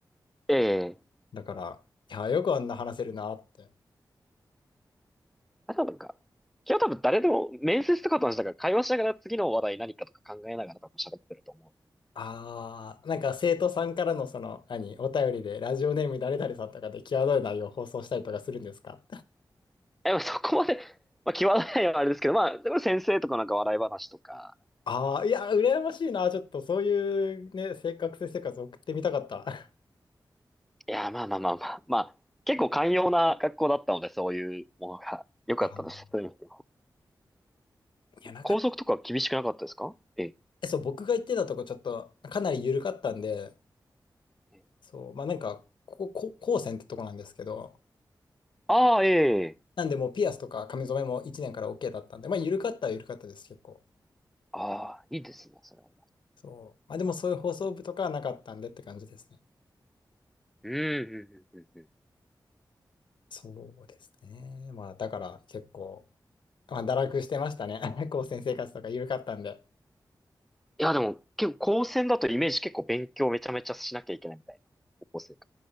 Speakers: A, in the centre; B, on the left.
A: いやいやいや
B: だから、いや、よくあんな話せるなって。
A: あとはなんか、今日多分誰でも面接とかと話したから会話しながら次の話題何かとか考えながら多分喋ってると思う。
B: ああ、なんか生徒さんからのその、何、お便りで、ラジオネーム誰々さんとかで際どい内容を放送したりとかするんですか
A: え、まあそこまで、まあ、際どいのはあれですけど、まあ、でも先生とかなんか笑い話とか、
B: あ <laughs> あー、いや、羨ましいな。ちょっとそういうね、生活生活を送ってみたかった。
A: いや、まあまあまあまあ。まあ、結構寛容な学校だったので、そういうものが良 <laughs> かったです。
B: <laughs> あ
A: そういう意味では
B: ーいや、なかった。
A: 校則とか厳しくなかったですかえ
B: えそう、僕が行ってたとこちょっとかなり緩かったんで、
A: え。
B: そう、まあなんか、ここ、こ高専ってとこなんですけど、
A: ああ、ええ。
B: なんでもうピアスとか髪染めも1年から OK だったんで、まあ緩かったは緩かったです、結構。
A: ああ、いいですね、それは。
B: そう。まあでもそういう放送部とかはなかったんでって感じですね。
A: うん、うん、うん、うん。うん
B: そうですね。まあだから結構、まあ堕落してましたね。<laughs> 高専生活とか緩かったんで。
A: いや、でも、結構、高専だとイメージ結構勉強めちゃめちゃしなきゃいけないみたいな、高校生か。